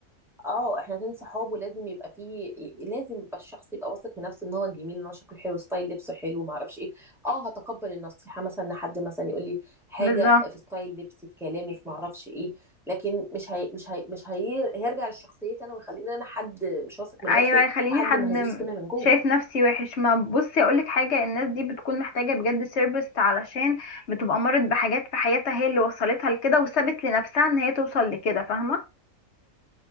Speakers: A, in the centre; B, on the left.
A: اه احنا اتنين صحاب ولازم يبقى فيه لازم يبقى الشخص يبقى واثق من نفسه ان هو جميل ان هو شكله حلو ستايل لبسه حلو ما اعرفش ايه اه هتقبل النصيحه مثلا ان حد مثلا يقول لي حاجه
B: بالظبط
A: في ستايل لبسي في كلامي في ما اعرفش ايه لكن مش هي مش هي مش هي هيرجع لشخصيتي انا ويخليني انا حد مش واثق من
B: ايوه
A: نفسه
B: هيخليني
A: وحد
B: حد
A: مهزوز
B: م-
A: كده من جوه
B: شايف نفسي وحش ما بصي اقولك حاجه الناس دي بتكون محتاجه بجد سيربس علشان بتبقى مرت بحاجات في حياتها هي اللي وصلتها لكده وسابت لنفسها ان هي توصل لكده فاهمه